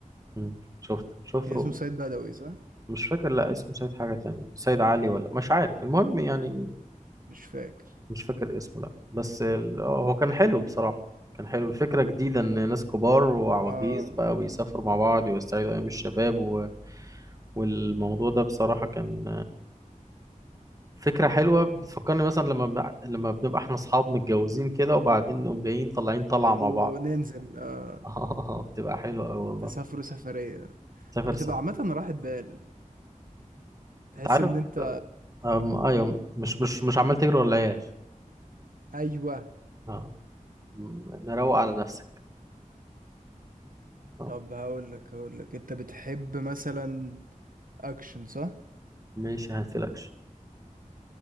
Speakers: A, on the right (about 25°); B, on the right (about 85°).
A: مم، شفته شفته
B: كان اسمه سيد بدوي صح
A: مش فاكر لا اسمه سيد حاجة تانية سيد علي ولا مش عارف المهم يعني
B: مش فاكر
A: مش فاكر اسمه لا بس ال- هو كان حلو بصراحة كان حلو الفكرة جديدة إن ناس كبار وعواجيز
B: اه
A: بقى بيسافروا مع بعض ويستعيدوا أيام الشباب و... والموضوع ده بصراحة كان فكرة حلوة بتفكرني مثلا لما بع- لما بنبقى احنا اصحاب متجوزين كده وبعدين نقوم جايين طالعين طلعة مع
B: وننزل
A: بعض
B: آه
A: <laughs> اه بتبقى حلوة أوي والله
B: تسافروا سفرية
A: سافر
B: بتبقى
A: سفرية
B: عامة راحة بال تحس
A: انت عارف
B: ان انت
A: أم... ايوه مش مش مش عمال تجري ورا العيال
B: ايوه
A: اه م- مروق على نفسك اه
B: طب هقول لك هقول لك انت بتحب مثلا اكشن صح
A: ماشي هاتفلكش